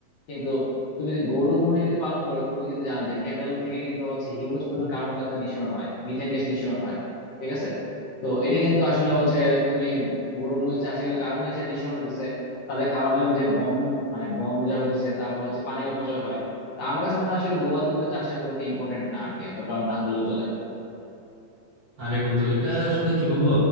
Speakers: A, on the left (about 60°); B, on the right (about 40°).
A: কিন্তু তুমি যদি গরু মহিষ যদি পালন করো তুমি কিন্তু জানো যে ক্যাটল থেকে কিন্তু হচ্ছে হিউজ পরিমাণ কার্বন ডাই অক্সাইড নিঃসরণ হয় মিথেন গ্যাস নিঃসরণ হয় ঠিক আছে তো এটা কিন্তু আসলে
B: হুম।
A: হচ্ছে তুমি গরু মহিষ চাষে কিন্তু কার্বন ডাই অক্সাইড নিঃসরণ হতেছে তাদের খাওয়ানোর জন্য যে বন মানে বন উজাড় হইতেছে তারপর হচ্ছে পানি অপচয় হয় তা আমার কাছে মনে হয় আসলে গবাদি পশু চাষটা খুব একটা ইম্পর্টেন্ট না আর কি এতটা না করলেও চলে
B: আরে বন্ধু এটা আসলে কি বলবো